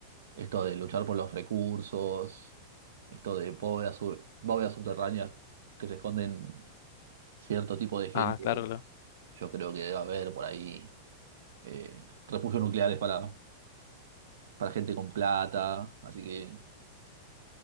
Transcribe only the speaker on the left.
Ah, claro, claro.